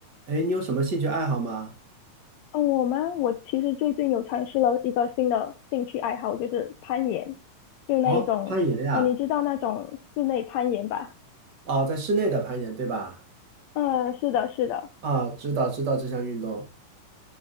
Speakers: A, on the right; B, on the left.
A: 哎，你有什么兴趣爱好吗？
B: 哦，我吗？我其实最近有尝试了一个新的兴趣爱好，就是攀岩，就那一种，
A: 哦，攀岩呀，
B: 哦，你知道那种室内攀岩吧？
A: 哦，在室内的攀岩，对吧？
B: 嗯，是的，是的，
A: 啊，知道知道这项运动，